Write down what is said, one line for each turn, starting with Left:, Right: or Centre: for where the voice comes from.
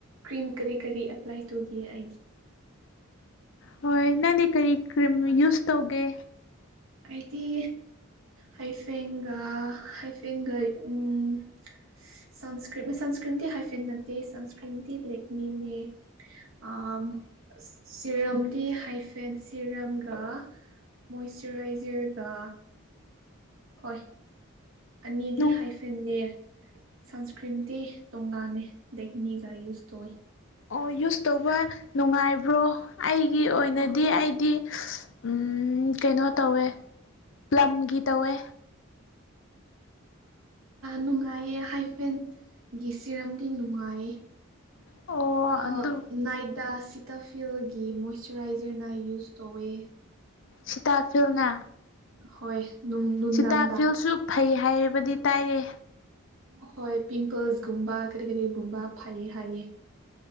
Right: ꯀ꯭ꯔꯤꯝ ꯀꯔꯤ ꯀꯔꯤ ꯑꯦꯄ꯭ꯂꯥꯏ ꯇꯧꯒꯤ ꯑ
Left: ꯍꯣꯏ ꯅꯪꯗꯤ ꯀꯔꯤ ꯀ꯭ꯔꯤꯝ ꯌꯨꯁ ꯇꯧꯒꯦ
Right: ꯑꯗꯤ ꯍꯩꯐꯦꯡꯒ ꯍꯩꯐꯦꯡꯒ ꯎꯝ ꯁꯟꯁꯀ꯭ꯔꯤ ꯁꯟꯁꯀ꯭ꯔꯤꯟꯗꯤꯤ ꯍꯥꯏꯐꯦꯠ ꯅꯠꯇꯦ ꯁꯟꯁꯀ꯭ꯔꯤꯟꯗꯤꯤ ꯂꯦꯛꯃꯤꯅꯦ ꯑ ꯁꯤꯔꯝ ꯇꯗꯤ ꯍꯥꯏꯐꯦꯟ ꯁꯤꯔꯝꯒ ꯃꯣꯏꯆꯔꯥꯏꯖꯔꯒ ꯍꯣꯏ ꯑꯅꯤꯗꯤ
Left: ꯅꯨꯡ
Right: ꯍꯥꯏꯐꯟꯅꯦ ꯁꯟꯁꯀ꯭ꯔꯤꯟꯗꯤꯤ ꯇꯣꯉꯥꯟꯅꯦ ꯂꯦꯛꯅꯤꯒ ꯌꯨꯁ ꯇꯧꯋ
Left: ꯑꯣ ꯌꯨꯁ ꯇꯧꯕ ꯅꯨꯡꯉꯥꯏꯕ꯭ꯔꯣ ꯑꯩꯒꯤ ꯑꯣꯏꯅꯗꯤ
Right: ꯑꯣ
Left: ꯑꯩꯗꯤ ꯎꯝ ꯀꯩꯅꯣ ꯇꯧꯋꯦ ꯄꯂꯝꯂꯝꯒꯤ ꯇꯧꯋꯦ
Right: ꯅꯨꯡꯉꯥꯏꯌꯦ ꯍꯥꯏꯐꯦꯟꯒꯤ ꯁꯤꯔꯝꯗꯤ ꯅꯨꯡꯉꯥꯏꯌꯦ
Left: ꯑꯣ ꯑꯗꯨ
Right: ꯑ ꯅꯥꯏꯠ ꯇ ꯁꯤꯇꯥꯐꯤꯌꯜꯒꯤ ꯃꯣꯏꯆꯔꯥꯏꯖꯔꯅ ꯌꯨꯁ ꯇꯧꯋꯦ
Left: ꯁꯤꯇꯥꯐꯜꯅ
Right: ꯍꯣꯏ ꯅꯨꯡꯗꯥꯡꯗ
Left: ꯁꯤꯇꯥꯐꯤꯜꯁꯨ ꯐꯩ ꯍꯥꯏꯕꯗꯤ ꯇꯥꯏꯔꯦ
Right: ꯍꯣꯏ ꯄꯤꯝꯄꯜꯁꯒꯨꯝꯕ ꯀꯔꯤ ꯀꯔꯤꯒꯨꯝꯕ ꯐꯩꯌꯦ ꯍꯥꯏꯌꯦ